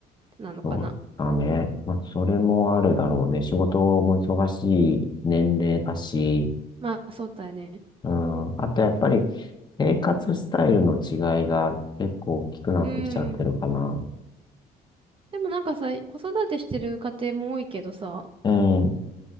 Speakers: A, on the right; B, on the left.
A: なのかな。
B: そうだね。まあ、それもあるだろうね。仕事も忙しい年齢だし、
A: まあ、そうだよね。
B: うん。あとやっぱり生活スタイルの違いが結構大きくなってきちゃってるかな。
A: うん。でもなんかさ、子育てしてる家庭も多いけどさ、
B: うん。